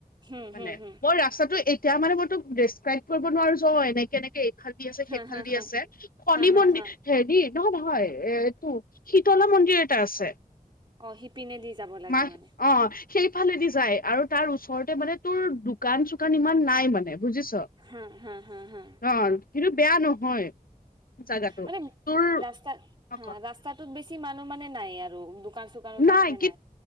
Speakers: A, on the right; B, on the left.
A: হুম
B: মানে
A: হুম হুম
B: মই ৰাস্তাটো এতিয়া মানে মই তোক দেচক্ৰাইব কৰিব নোৱাৰো জ অ এনেকে এনেকে এইফাল দি আছে,
A: হা
B: সেইফাল
A: হা
B: দি
A: হা
B: আছে, কণী
A: হা হা
B: মন্দি,
A: হা
B: হেৰি, নহ নহয় এ' এইটো, শীতলা মন্দিৰ এটা আছে
A: অ' সিপিনে দি যাব লাগে
B: মাহ
A: মানে?
B: অ সেইফালেদি যায় আৰু তাৰ ওচৰতে মানে তোৰ দোকান চোকান ইমান নাই মানে বুজিছ?
A: হা হা হা হা
B: অ' কিন্তু বেয়া নহয় জাগাটো,
A: মানে
B: তোৰ,
A: ৰাস্তা
B: অ
A: হা
B: ক'
A: ৰাস্তাটোত বেছি মানুহ মানে নাই আৰু দোকান চোকানো তেনেকে
B: নাই কি,